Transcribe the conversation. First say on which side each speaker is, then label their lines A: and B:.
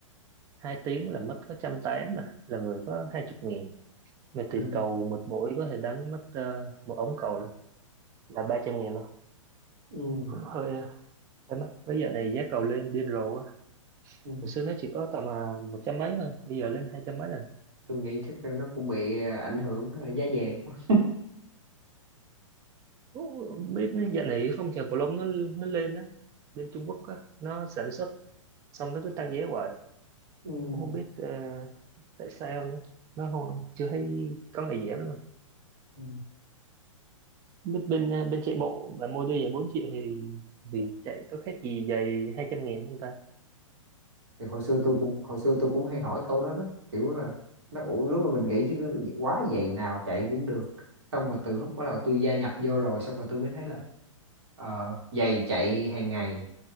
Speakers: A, on the right; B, on the right.
A: 2 tiếng là mất có trăm tám mà là người có hai chục ngàn mà tiền
B: ừ.
A: cầu một buổi có thể đánh mất ờ, một ống cầu là là 300 ngàn luôn
B: Ừ.
A: cũng hơi ờ, hơi mắc bây giờ này giá cầu lên điên rồ quá
B: Ừ.
A: hồi xưa nó chỉ có tầm à, một trăm mấy thôi bây giờ lên hai trăm mấy rồi
B: tôi nghĩ chắc là nó cũng bị à, ảnh hưởng à, giá vàng quá
A: Ủa, không biết nó dạo này phong trào cầu lông nó nó lên á bên Trung Quốc á nó sản xuất xong nó cứ tăng giá hoài
B: ừ.
A: cũng không biết ờ, tại sao nữa nó không, chưa thấy có ngày giảm luôn
B: Ừ.
A: biết bên ờ, bên chạy bộ mà mua đôi giày 4 triệu thì thì chạy có khác gì giày 200 nghìn không ta
B: Thì hồi xưa tôi cũng hồi xưa tôi cũng hay hỏi câu đó đó kiểu là nó ủa, lúc mà mình nghĩ chứ quá giày nào chạy cũng được xong mà từ lúc bắt đầu tôi gia nhập vô rồi xong rồi tôi mới thấy là ờ, giày chạy hàng ngày